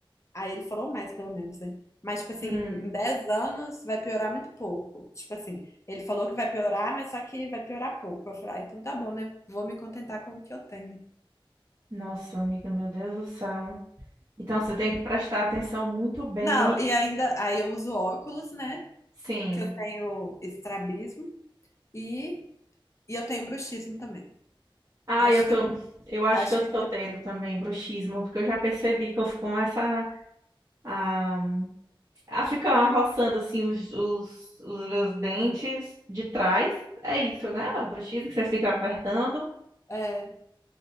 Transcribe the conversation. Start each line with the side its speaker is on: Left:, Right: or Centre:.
Left: Aí ele falou mais, pelo menos, né? Mas, tipo assim,
Right: Hum.
Left: em 10 anos vai piorar muito pouco. Tipo assim, ele falou que vai piorar, mas só que vai piorar pouco. Eu falei, ah, então tá bom, né? Vou me contentar com o que eu tenho, né?
Right: Nossa, amiga, meu Deus do céu. Então você tem que prestar atenção muito bem.
Left: Não, e ainda, aí eu uso óculos, né?
Right: Sim.
Left: Que eu tenho estrabismo e, e eu tenho bruxismo também.
Right: Ah,
Left: Acho
Right: eu tô.
Left: que, é-
Right: Eu acho
Left: acho
Right: que eu
Left: que
Right: tô
Left: isso
Right: tendo
Left: é tudo.
Right: também bruxismo, porque eu já percebi que eu começo a, Ah, fica roçando assim os, os, os meus dentes de trás. É isso,
Left: Uhum.
Right: né? É O bruxismo que você fica apertando.
Left: É.